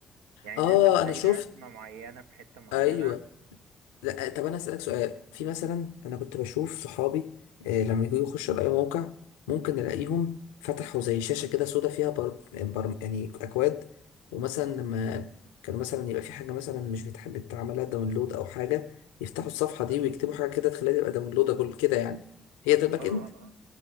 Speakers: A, on the right; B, on the left.
A: يعني
B: أه
A: ان انت بتلاقي
B: أنا شفت
A: رسمة معينة في حتة معينة
B: أيوه لا آه، طب انا اسالك سؤال في مثلا انا كنت بشوف صحابي آه، لما يجوا يخشوا على اي موقع ممكن الاقيهم فتحوا زي شاشه كده سودا فيها بر... بر... يعني اكواد ومثلا لما كانوا مثلا يبقى في حاجه مثلا مش بتحب تعملها داونلود او حاجه يفتحوا الصفحه دي
A: اه
B: ويكتبوا حاجه كده تخليها تبقى داونلودابل كده يعني هي ده الباك
A: اه اه
B: اند
A: اه